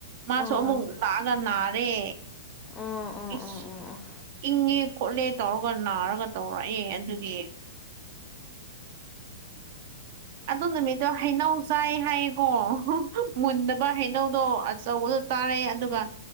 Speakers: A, on the right (about 50°); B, on the left (about 20°).
A: ꯃꯥꯁꯨ
B: ꯑꯣ
A: ꯑꯃꯨꯛ ꯂꯥꯛꯒ ꯅꯥꯔꯦ
B: ꯎꯝ ꯎꯝ
A: ꯏꯁꯁ ꯏꯪꯉꯦ ꯈꯣꯠꯂꯦ ꯇꯧꯔꯒ ꯅꯥꯔꯒ ꯇꯧꯔꯛꯑꯦ ꯑꯗꯨꯒꯤ ꯑꯗꯨ ꯅꯨꯃꯤꯠꯇꯣ ꯍꯩꯅꯧ ꯆꯥꯏ ꯍꯥꯏꯌꯦꯀꯣ ꯃꯨꯟꯗꯕ ꯍꯩꯅꯧꯗꯣ ꯑꯆꯧꯕꯗ ꯇꯥꯔꯦ ꯑꯗꯨꯒ